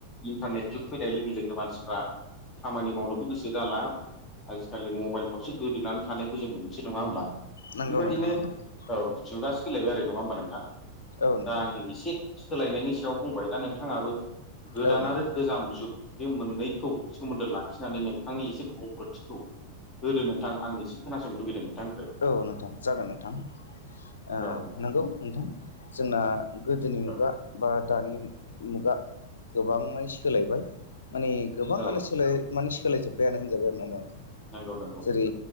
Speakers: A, on the left; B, on the left.
A: इन्टारनेट जुग। फैनाय लोगो लोगो मानसिफ्रा खामानि मावनोबो गोसो जाला आजिखालि मबाइल थ सो गोदोनानै थानायखौ जोंबो मोनसै नङा होमबा।
B: नंगौ
A: बेबायाददिनो
B: नोंथां नंगौ
A: औ। जुगा सोलायबाय आरो नङा होमबा नोंथां।
B: औ नोंथां
A: दा आं एसे सोलायनायनि सायाव बुंबाय। दा नोंथाङाबो गोदान
B: औ नोंथां
A: आरो गोजाम जुग बे मोननैखौ सोमोन्दो लाखिनानै नोंथांनि एसे बुंग्रथिखौ होदो नोंथां आं एसे खोनासानो लुबगैदों नोंथां।
B: औ नोंथां जागोन नोंथां ओ
A: औ नोंथां
B: नंगौ नोंथां जोंना गोदोनि मुगा
A: औ
B: बा दानि मुगा गोबांमानि सोलायबाय। माने गोबाङानो
A: औ
B: सोलायबाइ माने सोलायजोब्बायानो होनजाबाय आरो नङा होमबा।
A: नंगौ नंगौ
B: जेरै